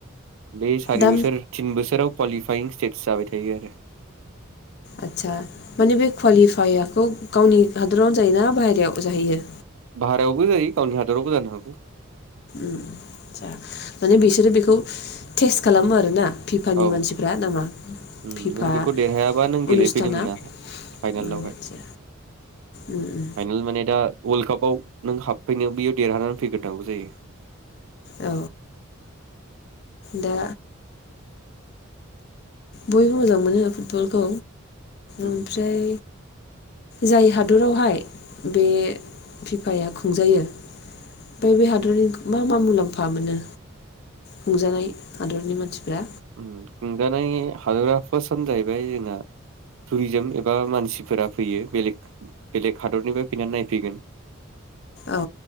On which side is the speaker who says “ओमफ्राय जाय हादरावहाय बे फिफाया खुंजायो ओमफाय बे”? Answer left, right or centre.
Left